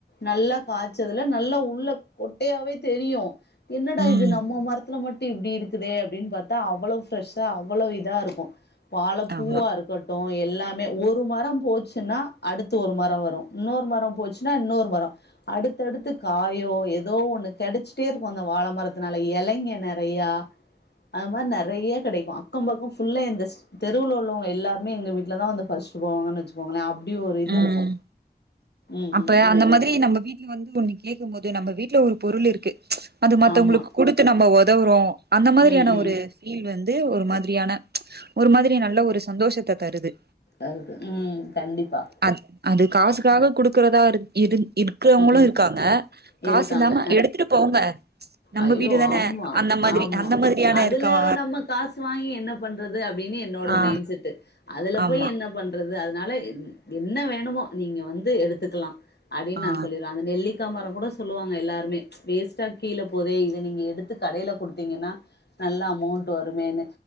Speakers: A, on the left; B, on the right.
A: நல்லா காய்ச்சதுல நல்லா உள்ளே கொட்டையாவே தெரியும் என்னடா
B: ம்
A: இது நம்ம மரத்துல மட்டும் இப்படி இருக்குதே அப்படின்னு பார்த்தா அவ்வளவு ஃபிரெஷ்ஷா அவ்வளவு இதா இருக்கும் வாழை பூவா
B: ஆமா
A: இருக்கும் எல்லாமே ஒரு ஒரு மரம் போச்சுன்னா அடுத்து ஒரு மரம் வரும் இன்னொரு மரம் போச்சுன்னா இன்னொரு மரம் அடுத்தடுத்து காயோ ஏதோ ஒண்ணு கிடைச்சிகிட்டே இருக்கும் அந்த வாழை மரத்துனால இலைங்க நிறையா அ மாரி நெறைய கெடைக்கு அக்கம் பக்கம் ஃபுல்லா இந்த தெருவுல உள்ளவங்க எல்லாருமே எங்க வீட்லதா வந்து பர்ச் டு போவாங்கன் வச்சுக்கோங்களே அப்டி ஒரு இது
B: ம்
A: இருக்கு ம்
B: அப்ப
A: ம்
B: அந்த மாதிரி நம்ம வீட் லி வந்து ஒன்னு கேக்கும் போது நம்ம வீட்ல ஒரு பொருள் இருக்கு அது மத்தவங்களுக்கு
A: ஆமா
B: குடுத்து நம்ம உதவுறோ அந்த மாதிரியான
A: ம்
B: ஒரு
A: ம்
B: ஃபீல் வந்து ஒரு மாதிரியான ஒரு மாதிரி நல்ல ஒரு சந்தோஷத்த தருது
A: அதுதா கண்டிப்பா
B: அ அது காசுக்காக குடுக்கறதா இரு இருந் இருக்றவங்களு
A: ம் ம்
B: இருக்காங்க காசு
A: இருக்காங்க
B: இல்லாம எடுத்துட்டு போங்க நம்ம
A: ஐயோ
B: வீடு தான
A: ஆமா
B: அந்த மாதிரி
A: ஆமா
B: அந்த மாதிரியான
A: அதுல
B: இருக்கவ
A: நம்ம காசு வாங்கி என்ன பண்றது அப்டின்னு என்னோட
B: ஆ
A: மைண்ட் செட்டு அதுல
B: ஆமா
A: போயி என்ன பண்றது அதனால என் என்ன வேணுமோ நீங்க வந்து எடுத்துக்லா அப்டின்
B: ஆ
A: நா சொல்லிருவே அந்த நெல்லிக்கா மரோ கூட சொல்லுவாங்க எல்லாருமே வேஸ்ட்டா கீழே போதே இத நீங்க எடுத்து கடைல குடுத்தீங்கன்னா நல்ல அமௌண்டு வருமேன்னு